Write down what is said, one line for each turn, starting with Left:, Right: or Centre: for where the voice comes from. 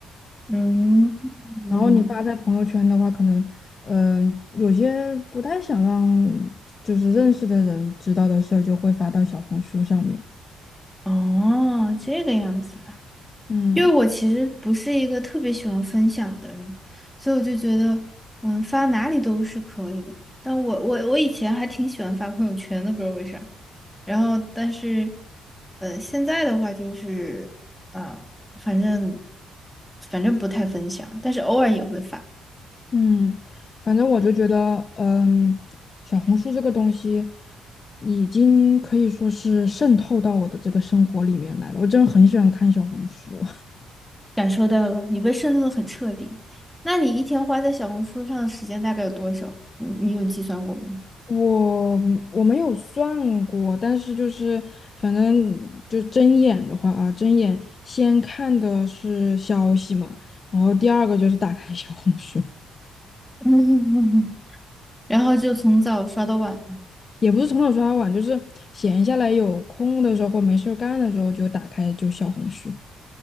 Centre: 嗯，嗯
Left: 然后你发在朋友圈的话，可能嗯、有些不太想让就是认识的人知道的事儿，就会发到小红书上面。
Centre: 哦，这个样子。
Left: 嗯。
Centre: 因为我其实不是一个特别喜欢分享的人，所以我就觉得，嗯，发哪里都是可以的。但我我我以前还挺喜欢发朋友圈的，不知道为啥。然后，但是，呃，现在的话就是，啊、反正反正不太分享，但是偶尔也会发。
Left: 嗯，反正我就觉得，嗯，小红书这个东西已经可以说是渗透到我的这个生活里面来了。我真的很喜欢看小红书，
Centre: 感受到了，你被渗透的很彻底。那你一天花在小红书上的时间大概有多少？你你有计算过吗？
Left: <laughs> 我我没有算过，但是就是反正就睁眼的话啊，睁眼先看的是消息嘛，然后第二个就是打开小红书，
Centre: <laughs> 然后就从早刷到晚。
Left: <laughs> 也不是从早刷到晚，就是闲下来有空的时候或没事儿干的时候就打开就小红书。